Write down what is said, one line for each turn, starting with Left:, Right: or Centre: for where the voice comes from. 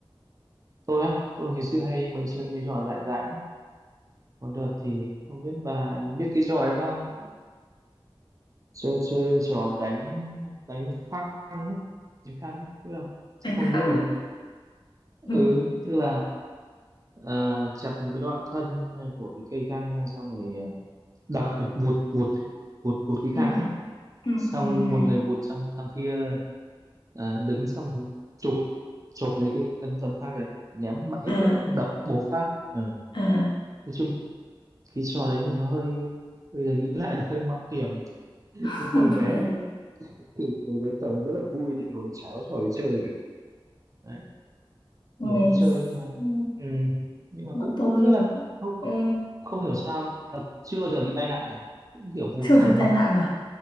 Right: tôi á tôi ngày xưa hay mình chơi mấy trò dại dại lắm. có đợt thì không biết bà biết cái trò ấy không chơi chơi trò đánh đánh khăn ấy đánh khăn ấy biết không chắc
Left: Đánh
Right: không
Left: khăng
Right: biết đâu
Left: á.
Right: ừ
Left: <laughs>
Right: tức là Ờ, chặt một cái đoạn thân của cái cây khang ra xong rồi ờ, đập ấy, vuột vuột ấy, vuột vuột cái
Left: Ừ,
Right: khang ấy
Left: ừ,
Right: xong
Left: ừ, ừ. ừ.
Right: một người vuột xong thằng kia ờ, đứng xong rồi chụp chụp lấy cái tấm tấm khang đấy ném mạnh hết
Left: À,
Right: cỡ đập bố phát Ờ,
Left: à,
Right: nói chung cái trò đấy thì nó hơi bây giờ nghĩ lại nó hơi mạo hiểm
Left: <laughs>
Right: nhưng hồi bé
Left: không hiểu.
Right: thì hồi bé trò đấy rất là vui tại vì hồi chả có trò để chơi cả
Left: Ngày
Right: kiểu để chơi
Left: xưa
Right: nhưng mà ừ nhưng mà
Left: bọn
Right: cũng
Left: tôi
Right: cũng rất là không
Left: ê,
Right: không hiểu sao là chưa bao giờ bị tai nạn cả cũng kiểu vụt
Left: chưa
Right: thẳng
Left: thấy tai
Right: mặt
Left: nạn à?